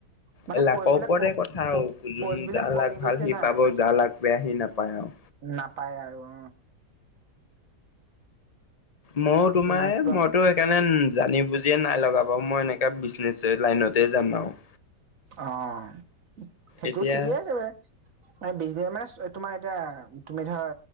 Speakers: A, on the right; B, on the left.
A: মানে
B: এই লাকৰ
A: পোষ্টবিলাক
B: ওপৰতে
A: ক
B: কথা আৰু যোন
A: পোষ্টবিলাক
B: যাৰ
A: কমি
B: লাক ভাল
A: গৈছে
B: সি
A: না
B: পাব যাৰ লাক বেয়া সি নাপায় আৰু
A: নাপায় আৰু উ
B: ময়ো
A: অ
B: তোমাৰ মইতো সেইকাৰণে জানি বুজিয়ে নাই লগাব মই এনেকে বিজনেচ লাইনতে যাম আৰু
A: অ', সেইটো
B: এতিয়া
A: ঠিকেই আছে বাৰে বিজনে মানে, তোমাৰ এতিয়া তুমি ধৰ